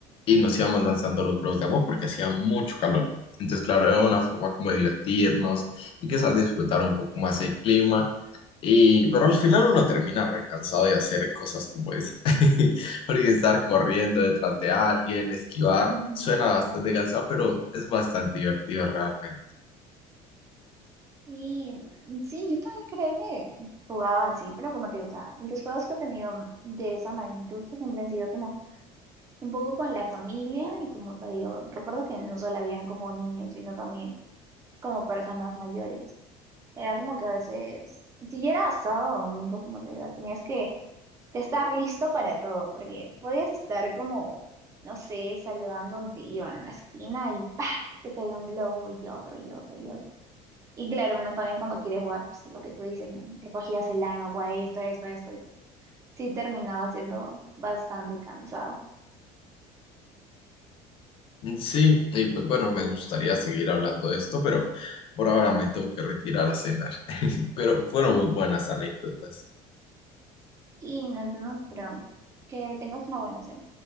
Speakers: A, on the left; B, on the right.
A: y nos íbamos lanzando los globos de agua porque hacía mucho calor. Entonces, claro, era una forma como de divertirnos y quizás disfrutar un poco más el clima. Y, pero al final uno termina recansado de hacer cosas como esa. <laughs> Porque estar corriendo detrás de alguien, esquivar,
B: Ujú.
A: suena bastante cansado, pero es bastante divertido realmente.
B: Y mm, sí, yo también creo que jugaba así, pero como te digo, o sea, los juegos que he tenido de esa magnitud pues siempre han sido como un poco con la familia y como te digo, recuerdo que no solo habían como niños, sino también como personas mayores. Era como que a veces, si era sábado o domingo, como te digo, tenías que, que estar listo para todo, porque podías estar como, no sé, saludando a un tío en una esquina y ¡pah! te caía un globo y otro y otro y otro. Y claro, uno también cuando quiere jugar, pues lo que tú dices, ¿no? Recogías el agua, esto, esto, esto, y pues sí terminaba siendo bastante cansado.
A: Mm, Sí, y pues bueno, me gustaría seguir hablando de esto, pero por ahora me tengo que retirar a cenar. <laughs> Pero fueron muy buenas anécdotas.
B: Y nos vemos pronto. Que tengas una buena cena.